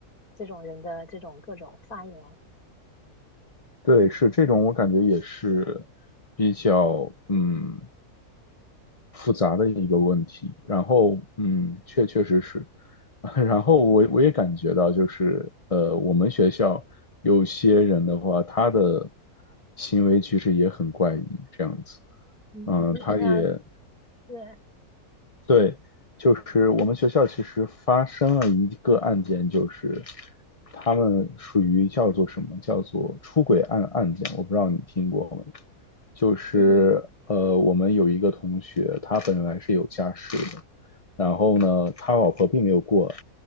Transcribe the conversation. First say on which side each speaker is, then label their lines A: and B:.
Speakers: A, on the left; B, on the left.
A: 这种人的这种各种发言。
B: 对，是这种，我感觉也是比较嗯复杂的一个问题。然后嗯，确确实实，<laughs> 然后我我也感觉到，就是呃，我们学校有些人的话，他的行为其实也很怪异，这样子。
A: 嗯，
B: 嗯，
A: 我们学校
B: 他也
A: 对，
B: 对，就是我们学校其实发生了一个案件，就是他们属于叫做什么？叫做出轨案案件，我不知道你听过没？就是呃，
A: 嗯
B: 我们有一个同学，他本来是有家室的，然后呢，他老婆并没有过来